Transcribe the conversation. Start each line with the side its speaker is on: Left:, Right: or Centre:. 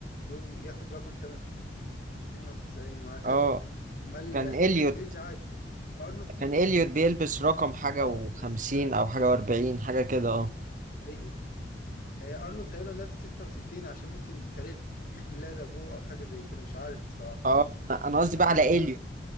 Left: يوم ياخد رقم 98 وهكذا
Right: أه
Left: امال
Right: كان إليوت
Left: ده في الانجليزي عادي فارنولد كان
Right: كان
Left: ليه
Right: إليوت بيلبس رقم حاجة
Left: اه
Right: وخمسين
Left: نفس الكلام
Right: أو حاجة وأربعين حاجة كده أه
Left: ايوه آه، ارنولد تقريبا لابس 66 عشان ممكن تاريخ ميلاد ابوه او حاجه زي كده مش عارف بصراحه
Right: أه أنا أنا قصدي
Left: فهو
Right: بقى على إليوت